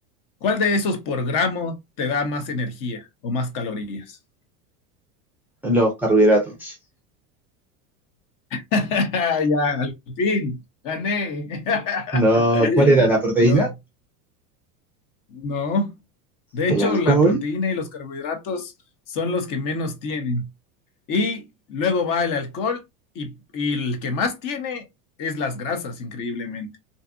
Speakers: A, on the left (about 45°); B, in the centre.
A: ¿Cuál de esos por gramo te da más energía o más calorías?
B: los carbohidratos.
A: <laughs> ya, al fin, gané. <laughs>
B: No, ¿cuál era? ¿La proteína?
A: Lo- no. De hecho,
B: ¿El alcohol?
A: la proteína y los carbohidratos son los que menos tienen. Y luego va el alcohol y, y el que más tiene es las grasas, increíblemente.